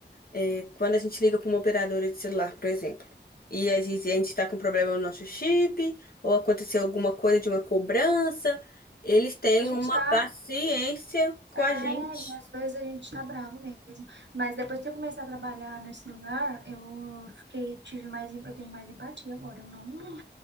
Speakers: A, on the left; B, on the right.
A: é, quando a gente liga para uma operadora de celular, por exemplo, e a gente, a gente tá com problema no nosso chip, ou aconteceu alguma coisa de uma cobrança, eles têm
B: A gente
A: uma
B: tá,
A: paciência com
B: é,
A: a gente.
B: e às vezes a gente tá bravo mesmo. Mas depois que eu comecei a trabalhar nesse lugar, eu fiquei, tive mais, em- eu tenho mais empatia agora. Eu não,